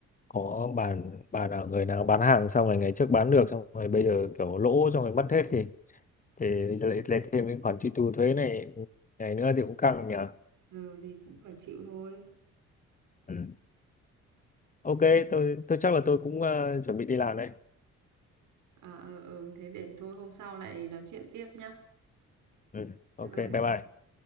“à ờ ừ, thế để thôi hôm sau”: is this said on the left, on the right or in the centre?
Right